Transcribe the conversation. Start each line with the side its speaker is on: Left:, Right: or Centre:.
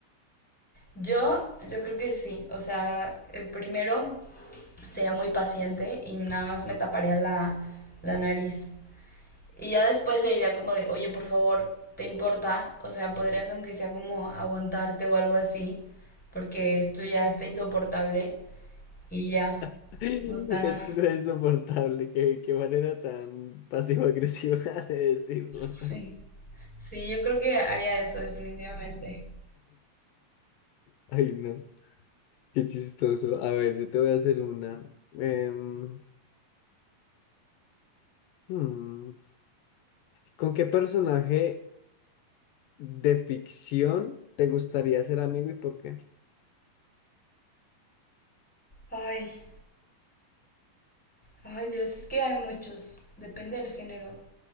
Centre: yo, yo creo que sí. O sea, eh, primero sería muy paciente y nada más me taparía la, la nariz. Y ya después le diría como de, oye, por favor, ¿te importa? O sea, podrías aunque sea como aguantarte o algo así, porque esto ya está insoportable y ya.
Left: <laughs>
Centre: O sea,
Left: Esto es insoportable. Qué, qué manera tan pasivo-agresiva <laughs> de decirlo.
Centre: sí. Sí, yo creo que haría eso definitivamente.
Left: Ay, no. Qué chistoso. A ver, yo te voy a hacer una. Em, hmm, ¿Con qué personaje de ficción te gustaría ser amigo y por qué?
Centre: Ay, ay Dios, es que hay muchos, depende del género.